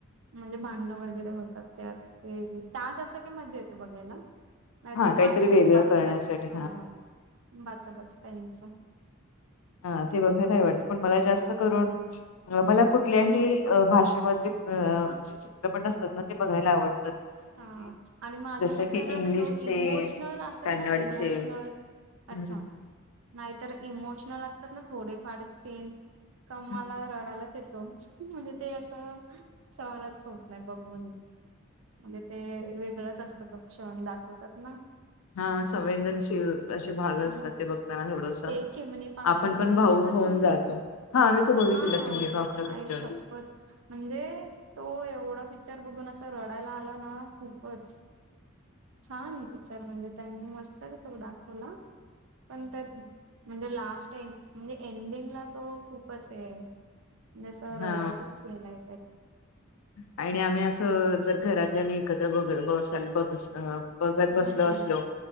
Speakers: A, on the right (about 65°); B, on the left (about 85°).
A: म्हणजे भांडणं वगैरे होतात त्यात ते तास असत की मजजा येते बघायला. नाहीतर
B: हा
A: मग
B: काहीतरी
A: असं त्यांच्या
B: वेगळं
A: बाचाबाच
B: करण्यासाठी
A: हा बाचाबाच त्यांच.
B: हा ते बघायला हे वाटत पण मला जास्त करून मला कुठल्याही भाषेमधले अ चित्रपट असतात ना ते बघायला आवडतात. म्हणजे
A: हा
B: कि
A: आणि माझं
B: जसं
A: कसं
B: की
A: आहे ना
B: इंग्लिशचे
A: जो इमोशनल असेल
B: कन्नडचे
A: ना इमोशनल
B: हम्म,
A: अच्छा नाहीतर इमोशनल असतात ना थोडेफार सीन का माला
B: हम्म.
A: रडायलाच येत. म्हणजे ते असं समनाच होत नाही बघून म्हणजे ते वेगळंच असतं पक्ष दाखवतात ना
B: हा संवेदनशील असे भाग
A: हम्म.
B: असतात ते बघताना थोड्स
A: ते चिमणी पाखर
B: आपण
A: पिक्चर
B: पण भाऊक
A: बघितला
B: होऊन
A: तुम्ही
B: जातो हा मी तो बघितलेला
A: हा
B: चिमनीपाखरं पिक्चर
A: आई शपथ म्हणजे तो एवढा पिक्चर बघून असं रडायला आला ना खूपच छान पिक्चर म्हणजे त्यांनी मस्त ही तो दाखवला पण त्यात म्हणजे लास्ट ए म्हणजे एंडिंगला तो खूपच हे आहे असं
B: हा
A: रडायचंच सिन हाय
B: आणि आम्ही असं जर घरातले आम्ही एकत्र बघ ब ब बघत
A: हम्म,
B: बसल असलो